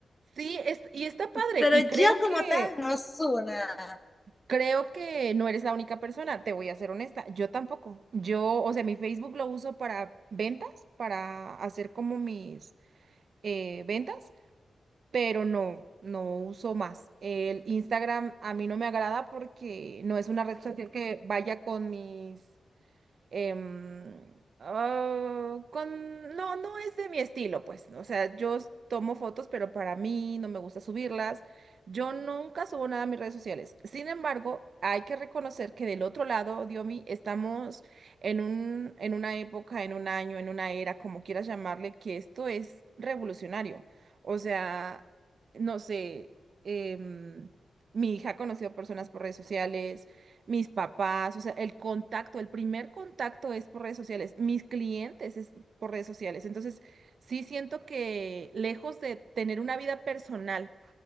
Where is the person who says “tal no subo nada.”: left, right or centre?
Left